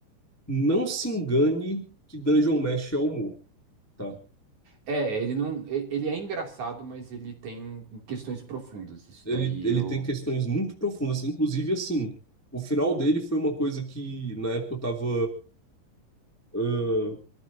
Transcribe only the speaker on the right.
É, ele não. e- Ele é engraçado, mas ele tem um, questões profundas. Isso
daí
eu.